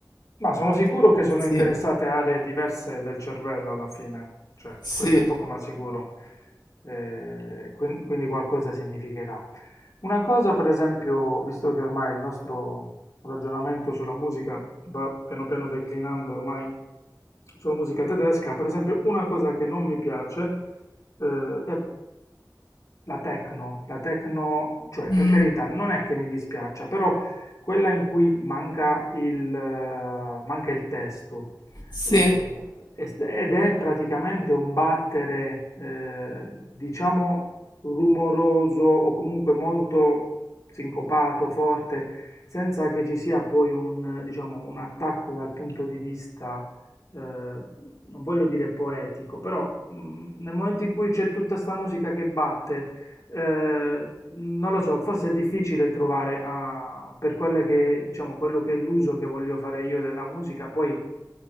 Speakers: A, on the left; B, on the left.
A: Ma sono sicuro che sono
B: sì,
A: interessate aree diverse del cervello alla fine, cioè
B: sì,
A: questo è poco ma sicuro, Eh, quin- quindi qualcosa significherà. Una cosa, per esempio, visto che ormai il nostro ragionamento sulla musica va piano piano declinando ormai sulla musica tedesca, per esempio, una cosa che non mi piace, eh, è la techno, la techno, cioè
B: mm,
A: per carità, non è che mi dispiaccia, però quella in cui manca il, eh, manca il testo
B: sì,
A: eh, est- ed è praticamente un battere, eh, diciamo, rumoroso o comunque molto sincopato, forte, senza che ci sia poi un, diciamo, un attacco dal punto di vista eh, non voglio dire poetico, però mh, nel momento in cui c'è tutta sta musica che batte eh, non lo so, forse è difficile trovare ah, per quelle che, diciamo, quello che è l'uso che voglio fare io della musica, poi